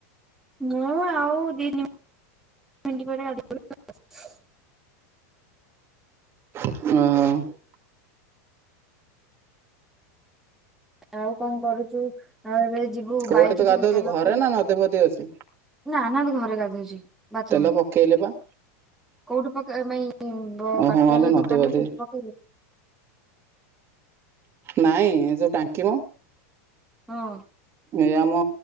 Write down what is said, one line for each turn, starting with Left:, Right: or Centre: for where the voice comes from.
Centre: ମୁଁ ଆଉ ଦି ମିଣ୍ଟି ପରେ ଗାଧେଇ <unintelligible>
Right: ଅଁ ହଁ।
Centre: ଆଉ କଣ କରୁଚୁ? ହଁ ଏବେ ଯିବୁ
Right: କୋଉଠି
Centre: ବାଇକି
Right: ତୁ ଗାଧଉଛୁ
Centre: ଯିବୁ ତେଲ
Right: ଘରେ
Centre: କୋଉଠି
Right: ନା ନଦୀ ଫଦୀ ଅଛି?
Centre: ନା ନା ଘରେ ଗାଧଉଛି ବାଥ
Right: ତେଲ ପକେଇଲେ ପା?
Centre: କୋଉଠି ପକେଇ ମାଇଁ ବ
Right: ଓହୋ
Centre: ବାଟରେ
Right: ଆଲୋ
Centre: ଯୋଉ
Right: ନଦୀ
Centre: ଦୋକାନ
Right: ବଦୀ
Centre: ରେ ସେଇଠି ପକେଇଲୁ?
Right: ନାଇଁ ଏ ଯୋଉ ଟାଙ୍କି ର।
Centre: ହଁ।
Right: ଏ। ଆମ